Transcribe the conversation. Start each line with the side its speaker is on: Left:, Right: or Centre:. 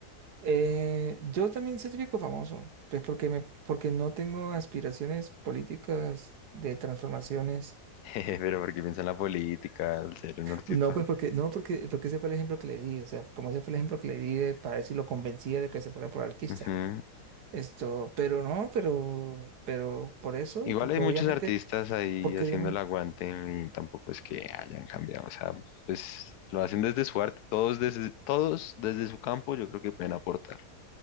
Right: Eh, yo también certifico famoso, pues porque me, porque no tengo aspiraciones políticas de transformaciones
Left: <laughs> Pero porque piensa en la política, al ser un artista.
Right: No, pues porque, no, porque, porque ese fue el ejemplo que le di, o sea, como ese fue el ejemplo que le di de, para ver si lo convencía de que se fuera por artista.
Left: Ujú.
Right: Esto, pero no, pero, pero por eso y
Left: Igual
Right: porque
Left: hay
Right: obviamente,
Left: muchos artistas ahí
Right: porque
Left: haciendo
Right: obviamente,
Left: el aguante y tampoco es que hayan cambiado. O sea, pues lo hacen desde su arte, todos desde, todos desde su campo, yo creo que pueden aportar.